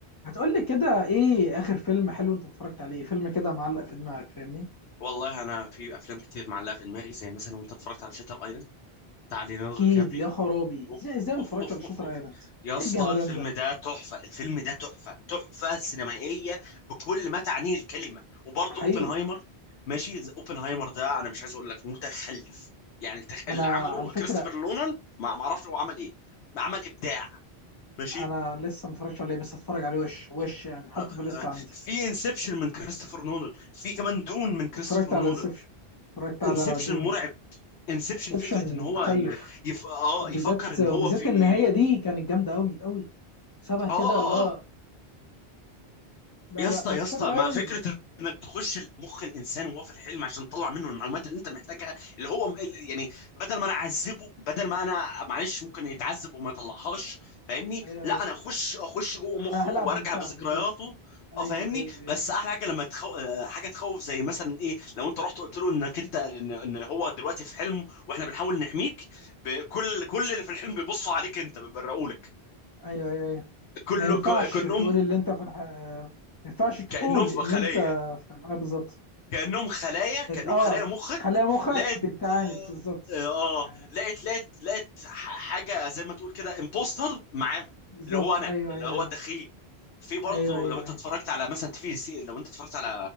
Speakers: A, on the left (about 35°); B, on the left (about 80°).
A: هتقول لي كده ايه اخر فيلم حلو انت اتفرجت عليه فيلم كده معلق في دماغك فاهمني
B: والله انا في افلام كتير معلقه في دماغي زي مثلا وانت اتفرجت على شاتر ايلاند بتاع ليوناردو
A: اكيد
B: دي كابريو
A: يا خرابي
B: اوف
A: ازاي ازاي ما
B: اوف
A: اتفرجتش
B: اوف
A: على شاتر
B: اوف اوف
A: ايلاند
B: يا
A: ايه
B: اسطى
A: الجمدان
B: الفيلم
A: ده
B: ده تحفه الفيلم ده تحفه تحفه سينمائيه بكل ما تعنيه الكلمه وبرضه
A: حقيقي
B: اوبنهايمر ماشي ز- اوبنهايمر ده انا مش عايز اقول لك متخلف يعني تخ...
A: انا
B: اللي عمله
A: على فكره
B: كريستوفر نولان ما ما اعرفش هو عمل ايه عمل ابداع ماشي
A: انا لسه ما اتفرجتش عليه بس اتفرج عليه وش وش يعني حطه
B: آه،
A: في الليسته عندي
B: في انسبشن من كريستوفر نولان في كمان دون من كريستوفر
A: اتفرجت على
B: نولان
A: انسبشن اتفرجت على
B: انسبشن
A: دوم
B: مرعب انسبشن
A: انسبشن
B: فكره ان هو
A: متخلف
B: ي... يف... اه
A: وبالذات
B: يفكر ان
A: وبالذات
B: هو في
A: النهايه دي كانت جامده قوي قوي شبه كده
B: اه اه
A: اللي هو
B: اه
A: لا
B: يا
A: لا
B: اسطى
A: بس
B: يا اسطى
A: شاتر
B: مع
A: ايلاند
B: فكره انك تخش مخ الانسان وهو في الحلم عشان تطلع منه المعلومات اللي انت محتاجها اللي هو اللي- يعني بدل ما انا اعذبه بدل ما انا معلش ممكن يتعذب وما يطلعهاش فاهمني
A: ايوه ايوه
B: لا انا اخش اخش جوه
A: ه-
B: مخه
A: هلعب
B: وارجع
A: بمشاعره
B: بذكرياته
A: بالظبط ايوه
B: اه فاهمني
A: ايوه ايوه
B: بس احلى حاجه لما تخو... آه، حاجه تخوف زي مثلا ايه لو انت رحت قلت له انك انت ان إن هو دلوقتي في حلم واحنا بنحاول نحميك ب- كل كل اللي في الحلم بيبصوا عليك انت بيبرقوا لك
A: ايوه ايوه أيوة.
B: كله
A: ما ينفعش
B: ك- كانهم
A: تقول اللي انت في الح... ما ينفعش تقول
B: كانهم في
A: ان
B: خليه
A: انت في الحلقة بالظبط
B: كأنهم خلايا كأنهم
A: اه
B: خلايا مخك
A: خلايا مخك
B: لقت
A: بتعاند بالظبط
B: اه آه،
A: آه،
B: لقت لقت لقت ح- حاجة زي ما تقول كده امبوستر معاهم
A: بالظبط
B: اللي هو انا
A: ايوه
B: اللي
A: ايوه
B: هو
A: ايوه
B: الدخيل في برضه
A: ايوه ايوه
B: لو انت
A: ايوه
B: اتفرجت على مثلا تي في سي لو انت اتفرجت على